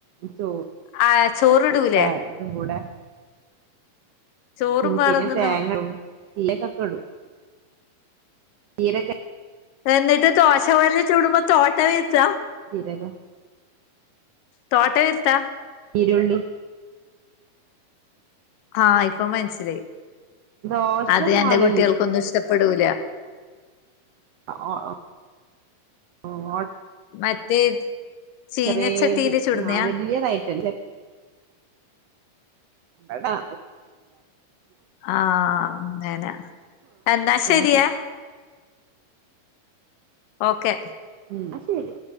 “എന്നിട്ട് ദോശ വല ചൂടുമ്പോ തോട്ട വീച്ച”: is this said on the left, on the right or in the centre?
Left